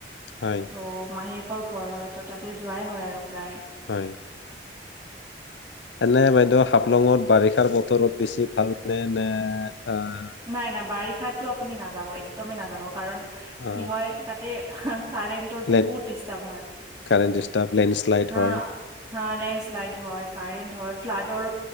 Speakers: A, on the left; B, on the right.
A: হয়
B: ত মাহী ঘৰ হয় ত' তাতে যোৱাই হয় আৰু প্ৰায়।
A: <unintelligible> এনে বাইদেউ হাফলঙত বাৰিষাৰ বতৰত বেছি ভাল নে নে আহ
B: নাই নাই বাৰিষাত ত আপুনি নাযাব এক একদমেই নাযাব। কাৰণ
A: আহ
B: কি হয় তাতে কাৰেণ্টৰ
A: লেট
B: বহুত ডিষ্টাৰ্ব হয়।
A: কাৰেণ্ট ডিষ্টাৰ্ব লেণ্ডশ্লাইড
B: হা
A: হয়
B: হা লেণ্ডস্লাইড হয়, কাৰেন্ট ফ্লডৰ